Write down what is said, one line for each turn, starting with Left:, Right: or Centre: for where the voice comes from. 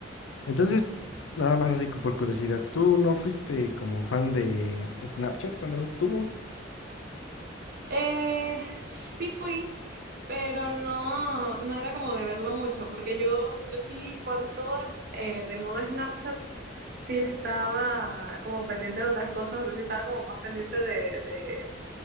Left: Entonces, nada más así por curiosidad, ¿tú no fuiste como fan de Snapchat cuando no estuvo?
Right: Eh, sí fui, pero no, no era como de verlo mucho, porque yo, yo sí, cuando estuvo de, eh, de moda Snapchat, sí estaba como pendiente de otras cosas, o sea, sí estaba como más pendiente de, de,